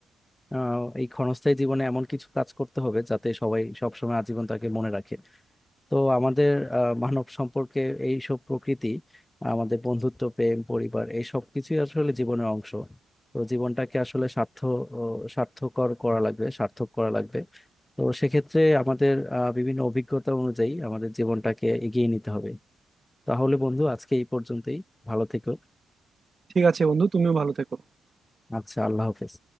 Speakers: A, on the left; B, on the right.
A: আহ, এই ক্ষণস্থায়ী জীবনে এমন কিছু কাজ করতে হবে যাতে সবাই সবসময় আজীবন তাকে মনে রাখে তো আমাদের আহ, মানব সম্পর্কে এই সব প্রকৃতি আমাদের বন্ধুত্ব প্রেম পরিবার এই সব কিছুই আসলে জীবনের অংশ তো জীবনটাকে আসলে সার্থ ও সার্থকর করা লাগবে সার্থক করা লাগবে তো সেক্ষেত্রে আমাদের আহ, বিভিন্ন অভিজ্ঞতা অনুযায়ী আমাদের জীবনটাকে এগিয়ে নিতে হবে তাহলে বন্ধু আজকে এই পর্যন্তই ভালো থেকো
B: ঠিক আছে বন্ধু তুমিও ভালো থেকো
A: আচ্ছা আল্লাহ হাফেজ